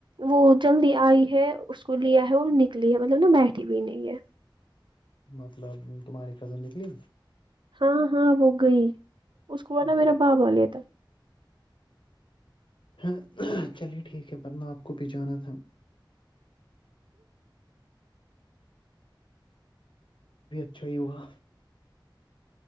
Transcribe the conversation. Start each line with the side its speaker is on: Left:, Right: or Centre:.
Right: وہ جلدی آئی ہے اس کو لیا ہے اور نکلی ہے مطلب نا بیٹھی بھی نہیں ہے
Left: مطلب تمہاری کزن نکلی
Right: ہاں ہاں وہ گئی اس کو نا
Left: اچھا
Right: میرا باپاالے تھا
Left: ہاں چلیے ٹھیک ہے نہ آپ کو بھی جانا تھا یتھی وہا